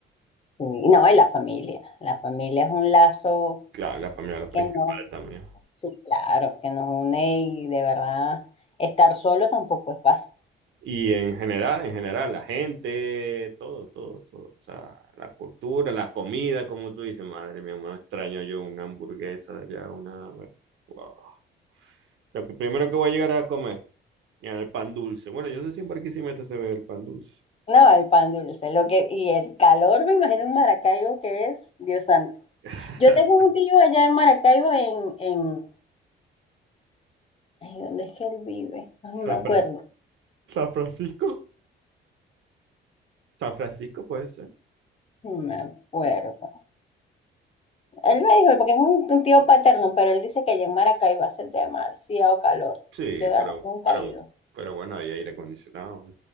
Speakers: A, on the left (about 30°); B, on the right (about 70°).
A: Y No, y la familia. La familia es un lazo
B: Claro, la familia es lo principal
A: que no,
B: también.
A: sí, claro, que nos une y de verdad estar solo tampoco es fácil.
B: Y en general, en general, la gente, todo, todo, todo. O sea, la cultura, la comida, como tú dices, madre mía, me extraño yo una hamburguesa de allá, una... Wow. Lo que primero que voy a llegar es a comer, ya, el pan dulce. Bueno, yo no sé si en Barquisimeto se ve el pan dulce.
A: No, el pan dulce, lo que, y el calor, me imagino en Maracaibo que es, Dios santo.
B: <laughs>
A: Yo tengo un tío allá en Maracaibo en, en, ay, ¿dónde es que él vive? Ay,
B: San
A: No me acuerdo,
B: Fra- San Francisco, San Francisco puede ser.
A: no me acuerdo. Él me dijo, porque es un, un tío paterno, pero él dice que allá en Maracaibo hace demasiado calor.
B: Sí,
A: Yo de verdad
B: pero,
A: nunca
B: pero,
A: he ido.
B: pero bueno, hay aire acondicionado.